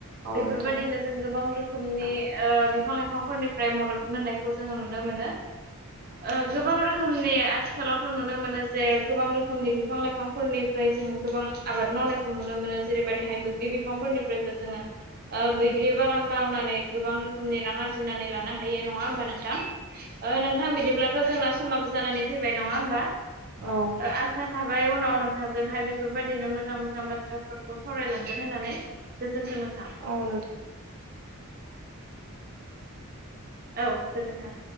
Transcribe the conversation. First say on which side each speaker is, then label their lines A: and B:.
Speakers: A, on the right; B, on the right.
A: औ
B: बेफोरबादिनो
A: नोंथां
B: जों गोबां रोखोमनि ओ बिफां लाइफांफोरनिफ्राय मदद मोननायखौ जोङो नुनो मोनो।
A: <inaudible>
B: ओ गोबां रोखोमनि आथिखालाव नुनो मोनो जे गोबां रोखोमनि बिफां लाइफांफोरनिफ्राय जोङो गोबां आबाद मावनाय खौ नुनो मोनो जेरैबायदिहाय बो बि बिफांफोरनिफ्रायबो जोङो ओ बैग्रि बागान मावनानै गोबां रोखोमनि रां आरजिनानै लानो हायो नङा होमबा नोंथां। ओ नोंथां बिदिब्लाथ' जोंना समबाबो जानानै फैबाय नङा होमबा।
A: औ
B: आसा थाबाय उनाव नोंथांजोंहाय बेफोरबायदिनो मोजां मोजां बाथ्राफोरखौ सावरायलांगोन होननानै। गोजोन्थों नों
A: औ नोंथां।
B: औ गोजोन्थों।